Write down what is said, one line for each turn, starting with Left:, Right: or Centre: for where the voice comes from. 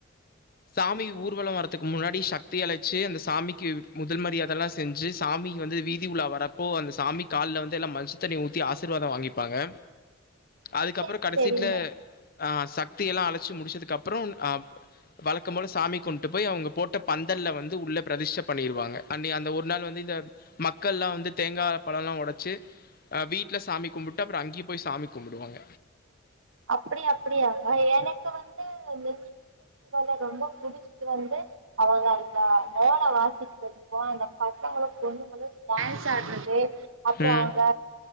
Left: சாமி ஊர்வல வரறதுக்கு முன்னாடி சக்தி அழைச்சி அந்த சாமிக்கு முதல் மரியாதைல்லா செஞ்சு சாமி வந்து வீதி உலா வரப்போ அந்த சாமி கால்ல வந்து எல்லா மஞ்ச தண்ணி ஊத்தி ஆசிர்வாத வாங்கிபாங்க அதுக்கப்புற
Right: சேரி
Left: கடைசிட்ல
Right: சேரிங்க
Left: அ சக்தி எல்லா அழைச்சி முடிச்சதுக்கு அப்புற அ வழக்கம்போல சாமி கும்ட்டு போய் அவங்க போட்ட பந்தல்ல வந்து உள்ள ப்ரதிஷ்ட பண்ணிடுவாங்க அண்ணி அந்த ஒரு நாள் வந்து இத மக்கள்லா வந்து தேங்கா பழலா ஒடைச்சி அ வீட்ல சாமி கும்ட்டு அப்புற அங்யு போய் சாமி கும்புடுவாங்க
Right: அப்டி அப்டியாங்க எனக்கு வந்து மிஸ் போல ரொம்ப புடிச்சது வந்து அவங்க அந்த வேன வாசிக்றதுக்கு அந்த பசங்களு பொண்ணுங்ளு டான்ஸ் ஆடுறது அப்புற
Left: ம்.
Right: அங்க